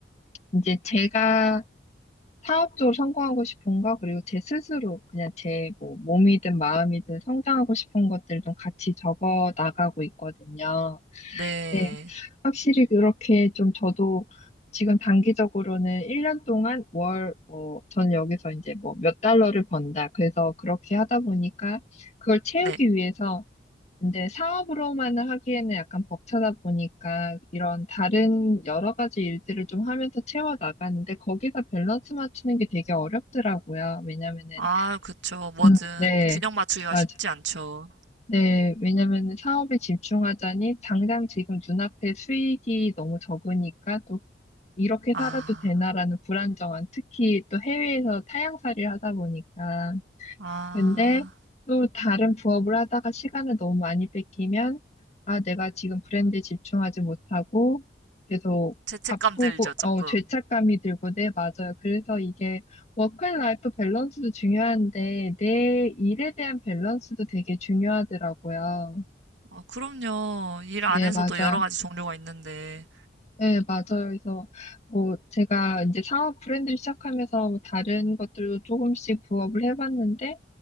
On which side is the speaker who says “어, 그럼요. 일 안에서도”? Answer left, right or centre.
Right